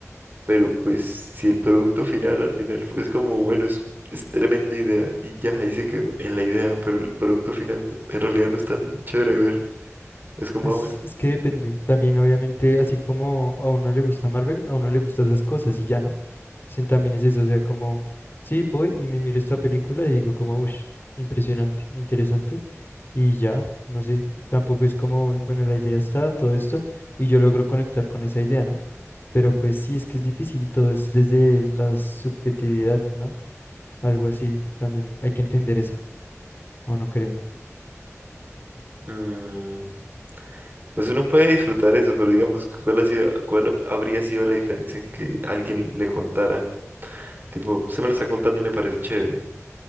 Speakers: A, on the right (about 40°); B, on the left (about 40°).
A: pero pues si el producto final al final es como, bueno, es... Es tremenda idea y ya ahí se quedó en la idea, pero el producto final en realidad no es tan chévere de ver. Es como,
B: Pues
A: ah, bueno.
B: es que depende. También obviamente, así como a uno le gusta Marvel, a uno le gustan esas cosas y ya no. Sí, también es eso, o sea, como, sí, voy y me miro esta película y digo como, uff, impresionante, interesante. Y ya, no sé, tampoco es como, bueno, la idea está, todo esto, y yo logro conectar con esa idea, ¿no? Pero pues sí, es que es difícil y todo es desde la subjetividad, ¿no? Algo así, también hay que entender eso, ¿o no cree?
A: mm, pues uno puede disfrutar eso, pero digamos, ¿cuál ha sido, cuál habría sido la diferencia en que alguien le contara? Tipo, se me lo está contando y me parece chévere.